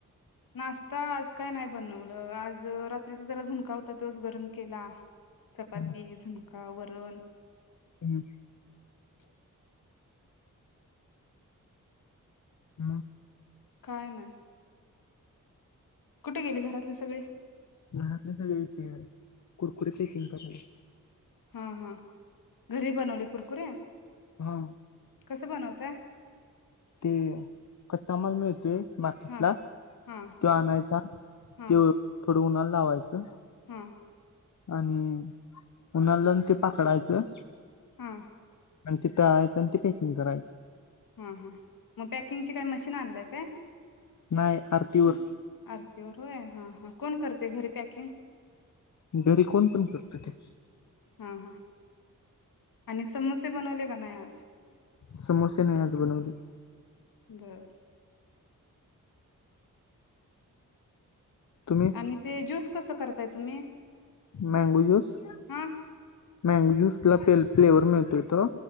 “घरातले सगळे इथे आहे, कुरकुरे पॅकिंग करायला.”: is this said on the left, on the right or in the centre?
Left